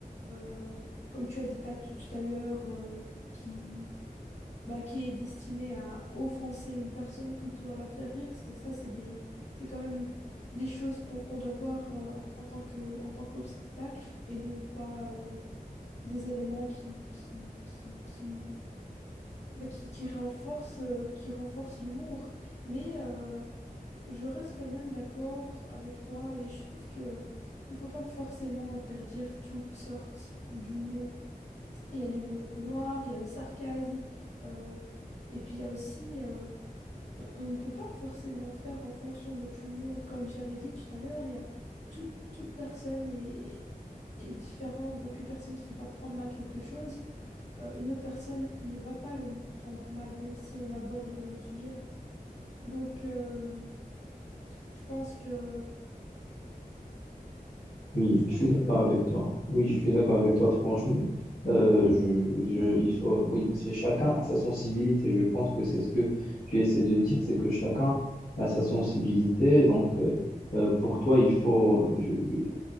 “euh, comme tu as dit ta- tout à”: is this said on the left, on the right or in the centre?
Left